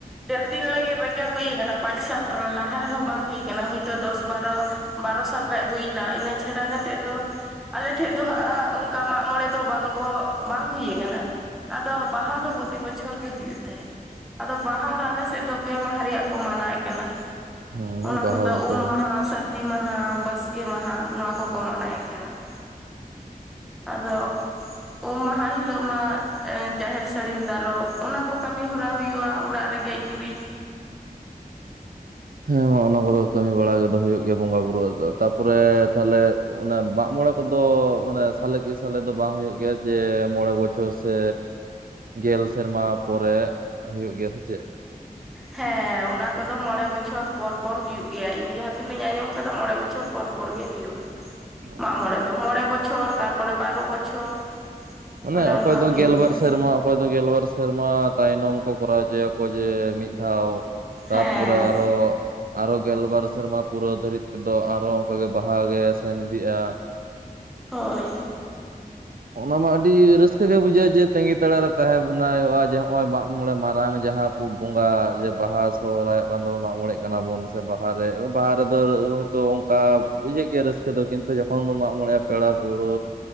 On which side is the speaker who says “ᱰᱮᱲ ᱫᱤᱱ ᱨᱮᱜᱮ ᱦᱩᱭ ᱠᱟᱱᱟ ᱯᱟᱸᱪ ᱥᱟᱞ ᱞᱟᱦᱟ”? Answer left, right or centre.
Centre